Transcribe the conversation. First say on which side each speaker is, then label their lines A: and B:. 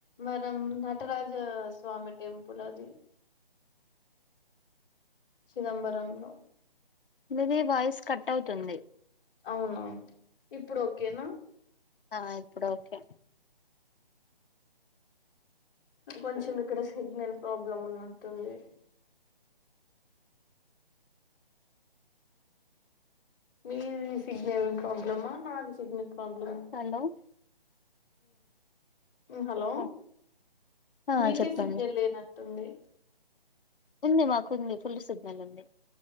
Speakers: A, on the left (about 20°); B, on the left (about 65°).
A: మనం నటరాజ స్వామి టెంపుల్ అది చిదంబరంలో
B: ఇది వాయిస్ కట్ అవుతుంది
A: అవునవు ఇప్పుడు ఓకేనా
B: ఆ ఇప్పుడు ఓకే
A: కొంచెం ఇక్కడ సిగ్నల్ ప్రాబ్లం ఉన్నట్ంది మీది స్నల్ ప్రబ్లమా నాది సనల్ ప్రాబ్లమ్
B: హలో
A: ఆ హలో
B: చెప్పండి ఆ
A: మీకె
B: చెప్పండి
A: సిగ్నెల్న తొమ్మిది
B: ఉంది మాకుంది ఫుల్ సిగ్నల్ ఉంది